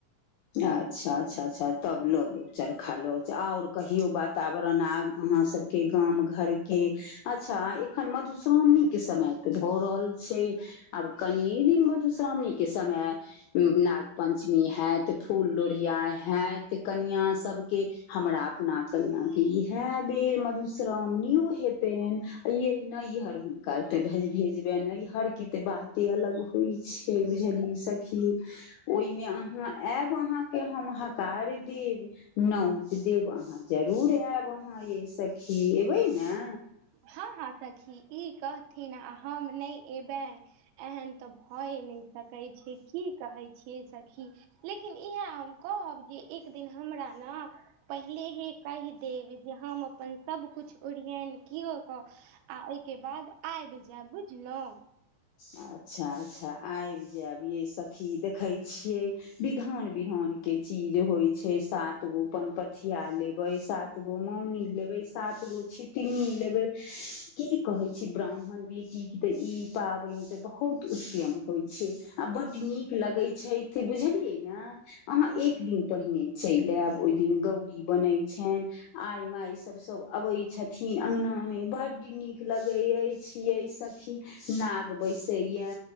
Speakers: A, on the left (about 85°); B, on the right (about 85°).
A: अच्छा अच्छा अच्छा तब ल लेब चरखा ल जा आरु कहियो वातावरण आब अहाँ सब कि गाम घर के अच्छा एखन मधुश्रामणी के समय त भ रहल छै आब कनिये दिन मधुश्रामणी के समय नाग पञ्चमी हेयत त फूल लोर्हि या हैत कनिया सबके हमरा अपना कनिया के इहेय बेर मधु श्रामणियो हेतेन यै नैहर हुनका ते भेज भेजबनि नैहर के बात इ अलग होइ छै बुझलियै सखी ओयमे अहाँ आयब अहाँके हम हकार देब नौच देब अहाँ जरूर आयब अहाँ मैं सखी एबै ने
B: हँ हँ सखी इ कहथिन आ हम नै एबे एहन त भए नहि सकै छै की कहै छियै सखी लेकिन इहे हम कहब जे एक दिन हमरा नअ पहिलेहे कहि देब जे हम अपन सभकुछ ओड़ियाइन किओ क आ ओयके बाद आइब जायब बुझलौं
A: अच्छा अच्छा आयब जायब यै सखी देखैय छियै विधान विधान के चीज होय छै सात गो पनपथिया लेबै सात गोमौनी लेबै सात गो छितनी लेबै की कहैय छी ब्राह्मणबी त इ पाबैन त बहुत उत्तयम होइ छै आ बड नीक लगैय छैय। ते बुझेलियै ना अहाँ एक दिन पहिने चइल आयब ओय दिन गौरी बनैय छेन आय माय सब सब आबै छथिन अंगना मे बड नीक लगै अछि यै सखी नाग बैसैया